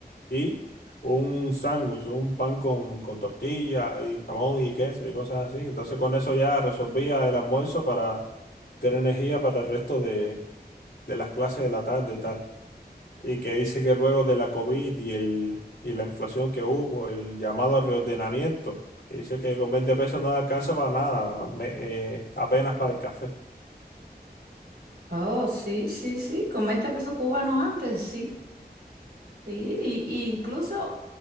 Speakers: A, on the left (about 80°); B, on the right (about 75°).
A: y un sándwich, un pan con, con tortilla y jamón y queso y cosas así. Entonces con eso ya resolvía el almuerzo para tener energía para el resto de, de las clases de la tarde y tal. Y que dice que luego de la COVID y, el, y la inflación que hubo, el llamado reordenamiento, que dice que con 20 pesos no alcanza para nada, me- eh, apenas para el café.
B: Oh, sí, sí, sí, con 20 pesos cubanos antes, sí, sí, y, y incluso